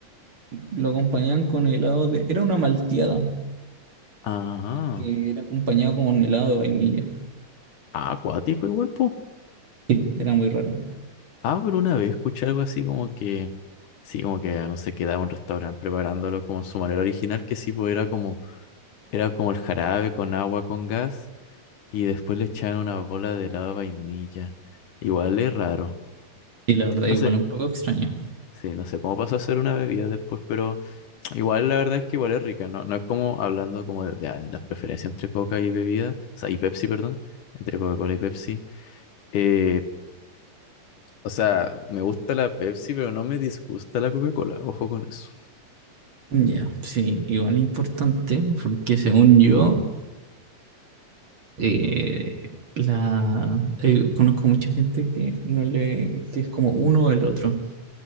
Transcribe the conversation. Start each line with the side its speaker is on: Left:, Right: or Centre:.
Right: Lo acompañaban con helado de... Era una malteada,
Left: Ah,
Right: que era acompañado con helado de vainilla.
Left: ah, acuático igual, po.
Right: Sí, era muy raro.
Left: Ah, pero una vez escuché algo así como que, sí, como que aún se quedaba un restaurante preparándolo como en su manera original, que sí, pues era como, era como el jarabe con agua, con gas Y después le echaron una bola de helado de vainilla. Igual es raro.
Right: Sí, la verdad,
Left: No
Right: igual
Left: sé,
Right: un poco extraño.
Left: sí, no sé cómo pasó a ser una bebida después, pero <tsk> igual la verdad es que igual es rica, ¿no? No es como hablando como de, de, ah, las preferencias entre Coca y bebida, o sea, y Pepsi, perdón, entre Coca-Cola y Pepsi. Eh, o sea, me gusta la Pepsi, pero no me disgusta la Coca-Cola. Ojo con eso.
Right: Ya, sí, igual importante, porque según yo, eh, la eh, conozco mucha gente que no le, que es como uno o el otro.